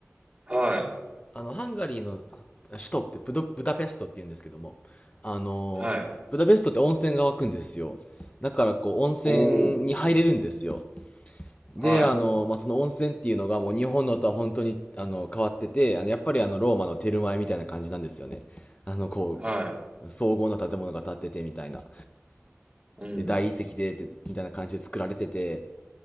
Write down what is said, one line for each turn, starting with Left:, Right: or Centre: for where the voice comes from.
Right: は
Left: あの、ハンガリーの首都ってブド、ブダペストって言うんですけども、あの、
Right: い、はい。
Left: ブダペストって温泉が湧くんですよ。だからこう、温泉に入れるんですよ。
Right: おー、
Left: で、
Right: はい、
Left: あの、まあ、その温泉っていうのがもう日本のとは本当に、あの、変わってて、あの、やっぱりあの、ローマのテルマエみたいな感じなんですよね。あの、こ
Right: はい。
Left: う、荘厳な建物が建っててみたいな。
Right: うん、
Left: で、大理石で、でみたいな感じで作られてて、